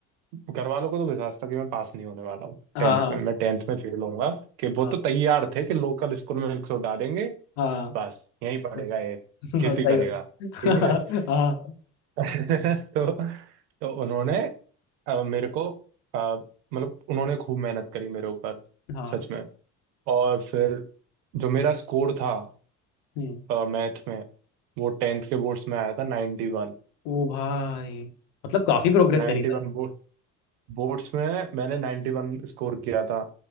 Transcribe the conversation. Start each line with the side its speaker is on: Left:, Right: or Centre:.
Right: घर वालों को तो विश्वास था कि मैं पास नहीं होने वाला हूँ
Left: हाँ
Right: टेंथ
Left: हाँ
Right: में मैं टेंथ में फेल होऊंगा कि वो
Left: हाँ
Right: तो तैयार थे कि लोकल स्कूल में इनको डालेंगे
Left: हाँ,
Right: बस यहीं पढ़ेगा
Left: बस
Right: ये
Left: <laughs>
Right: खेती
Left: हाँ सही
Right: करेगा
Left: बात <laughs>
Right: ठीक है
Left: हाँ
Right: <laughs> तो तो उन्होंने अ, मेरे को अ, मतलब उन्होंने खूब मेहनत करी मेरे ऊपर
Left: हाँ
Right: सच में और फिर जो मेरा स्कोर था
Left: हम्म
Right: मैथ में वो टेंथ के बोर्ड्स में आया था 91
Left: ओ भाई मतलब काफी प्रोग्रेस
Right: 91
Left: करी भाई
Right: बोर्ड बोर्ड्स में मैंने 91 स्कोर किया था